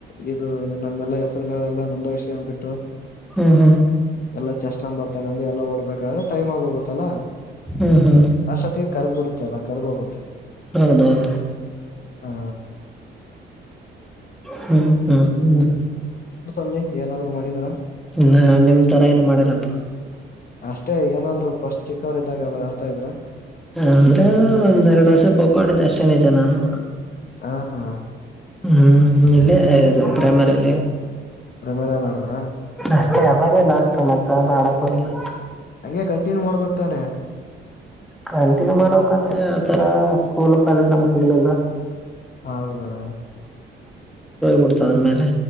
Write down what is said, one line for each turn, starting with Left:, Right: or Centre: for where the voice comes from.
Left: ಇದು ನಮ್ಮೆಲ್ಲಾ ಹೆಸರುಗಳೆಲ್ಲಾ ನೊಂದಾಯಿಸ್ಕೊ ಬಿಟ್ಟು
Centre: ಹ್ಮ್ ಹ್ಮ್
Left: ಎಲ್ಲಾ ಚೆಸ್ಟ್ ನಂಬರ್ ತಗೊಂಡು ಎಲ್ಲ ಓಡ್ಬೇಕಾದ್ರೆ ಟೈಮ್ ಆಗ ಹೋಗುತ್ತಲ್ಲಾ
Centre: ಹ್ಮ್ ಹಾ
Left: ಅಷ್ಟೊತ್ತಿಗೆ ಕರ್ಗ್ ಬಿಡುತ್ತೆ ಅಲ್ಲ ಕರ್ಗ್ ಹೋಗುತ್ತೆ
Centre: ಹೌದೌದು
Left: ಹಾ
Centre: ಹ್ಮ ಹ್ಮ ಹ್ಮ್
Left: ಲ್ಲಿ ಏನಾದ್ರು ಮಾಡಿದರಾ
Centre: ನಾ ನಿಮ್ ತರ ಏನು ಮಾಡಿಲ್ಲಪ್ಪ
Left: ಅಷ್ಟೇ ಏನಾದ್ರು ಪಶ್ಚಿಕ್ಕ ಇದಾಗಾದ್ರ ಆಡ್ತಾ ಇದ್ರ
Centre: ಅಂದ್ರೆ ಒಂದೆರಡು ವರ್ಷ ಖೋ ಆಡಿದ್ದೆ ಅಷ್ಟೇ ನಾನು
Left: ಹ ಹಾ
Centre: ಹ್ಮ್ ಇಲ್ಲೆ ಅದು ಪ್ರೇಮರಿಯಲಿ
Left: ಪ್ರೈಮರಿಯಲ್ಲಿ ಆಡದ್ರ
Centre: ಅಷ್ಟೇ ಅವಾಗೆ ಲಾಸ್ಟ್ ಮತ್ತ್ ಯಾವುದು ಆಡಕ್ ಹೋಗಿಲ್ಲ
Left: ಹಗೆ ಕಂಟಿನ್ಯೂ ಮಾಡ್ಬೇಕಕ್ ತಾನೆ
Centre: ಕಂಟಿನ್ಯೂ ಮಾಡೋಕ್ ಅಂದ್ರೆ ಆತರ ಸ್ಕೂಲ್ ಕಾಲೇಜ್ ನಮಗ್ ಸಿಗ್ಲಿಲ್ಲ
Left: ಹೌದಾ
Centre: ಬಿಡ್ತದ ಮೇಲೆ